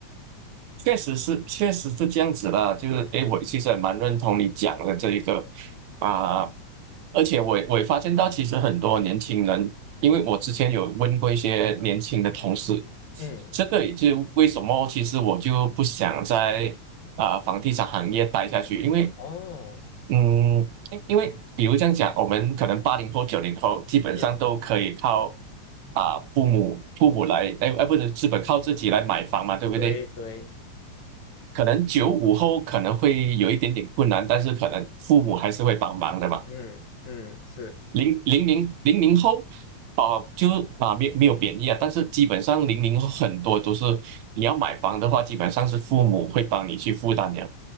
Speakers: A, on the right; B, on the left.
A: 确实是，确实是这样子啦。就是，诶，我其实也蛮认同你讲的这一个啊、而且我也我也发现到，其实很多年轻人，因为我之前有问过一些年轻的同事，
B: 嗯，
A: 这个也就是为什么，其实我就不想在啊、房地产行业待下去，因为
B: 哦，
A: 嗯，因因为比如这样讲，我们可能八零后、九零后基本上都可以靠
B: 嗯，
A: 啊、父母父母来，哎哎，不是，基本靠自己来买房嘛，对不对？
B: 对对，
A: 可能九五后可能会有一点点困难，但是可能父母还是会帮忙的嘛。
B: 嗯嗯是，
A: 零零零零零后，啊，就啊没有没有贬义啊，但是基本上零零后很多都是你要买房的话，基本上是父母会帮你去负担的，